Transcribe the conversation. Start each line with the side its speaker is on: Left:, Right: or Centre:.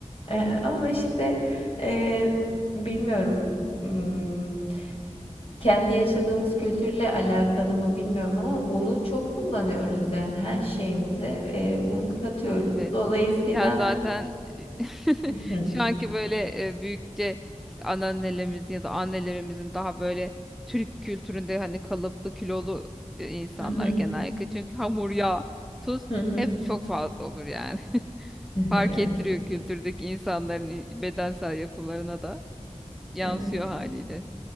Left: E, ama işte e, bilmiyorum m, kendi yaşadığımız kültürle alakalı mı bilmiyorum ama unu çok kullanıyoruz yani her şeyimize e, un katıyoruz.
Centre: Evet.
Left: Dolayısıyla
Centre: Ya zaten <laughs>
Left: <laughs>
Centre: şu anki böyle e, büyükçe işte anneannelerimizin ya da annelerimizin daha böyle Türk kültüründe hani kalıplı kilolu e, insanlar
Left: Hı hı.
Centre: genellikle. Çünkü hamur, yağ, tuz
Left: Hı hı.
Centre: hep çok fazla olur yani. <laughs>
Left: <laughs>
Centre: Fark
Left: Evet,
Centre: ettiriyor kültürdeki insanların i- bedensel yapılarına da yansıyor
Left: evet,
Centre: haliyle.